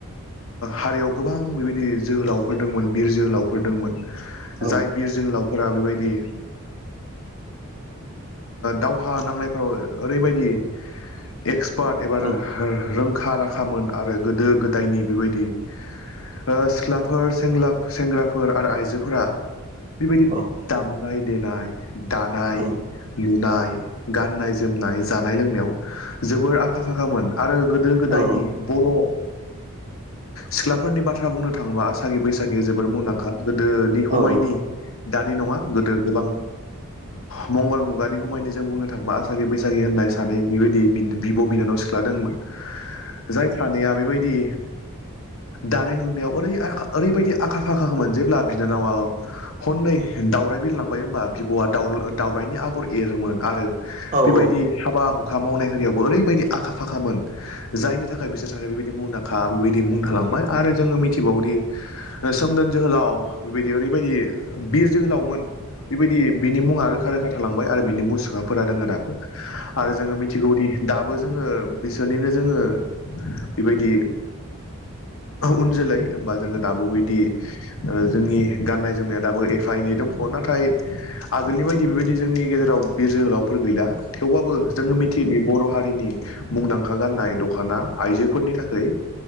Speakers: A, on the left; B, on the right.
A: हारियाव गोबां बेबायदि जोहोलावफोर दोंमोन बिर जोहोलावफोर दोंमोन जाय
B: औ
A: बिर जोहोलाव फोरा बेबायदि दावहा नांनायफोराव ओरैबायदि एक्स एक्सपार्ट एबा
B: औ
A: रोंखा राखामोन आरो गोदो गोदायनि बेबायदि सिख्लाफोर सेंग्राफोर आरो आइजोफोर फोरा बेबायदि
B: औ
A: दामनाय देनाय दानाय
B: औ
A: लुनाय गाननाय जोमनाय जानाय लोंनायाव जोबोर आखा फाखामोन आरो गोदो गोदायनि
B: औ
A: बर' सिख्लाफोरनि बाथ्रा बुंनो थाङोबा आसागि साखि बैसागि जोबद मुंदांखा गोदोनि
B: औ
A: हमायनि दानि नङा गोदो गोबां मंगल मुगानि समायनो जों बुंनो थाङोबा आसागे बैसागि होननाय सानै बेबायदि बिब' बिनानाव सिख्ला दमोन जाय सानैया बेबायदि दानाय लुनायाव ओरै ओरैबायदि आखा फाखा मोन जेब्ला बिनानावा हननै दाावराय बिरलांबाय होनोमबा बिब'आ द दाउरायनि आगर एरोमोन आरो बेबायदि
B: औ
A: हाबा हुखा मावनाय हारियावबो ओरैबायदि आखा फाखामोन जायनि थाखाय बिसोर सानैनि बेबायदि मुंदांखा बेबायदि मुं थालांबाय आरो जोङो मिथिबावोदि सोमदोन जोहोलाव बेबायदि ओरैबायदि बिर जोहोलावमोन बेबायदि बिनि मुङा रोखा रोखा थालांबाय आरो बिनि मुसुखाफोरा दोङो दाबो आरो जोङो मिथिगौदि दाबो जोङो बिसोरनिनो जोङो बेबायदि उन जोलै होमबा जोङो दाबो बिदि जोंनि गान्नाय जोमनाया दाबो एफा एनै दंख' नाथाय आगोलनि बायदि बेबायदि जोंनि गेजेराव बिर जोहोलावफोर गैला थेवबाबो जोङो मिथिदि बर' हारिनि मुंदांखा गाननाय दख'ना आइजोफोरनि थाखाय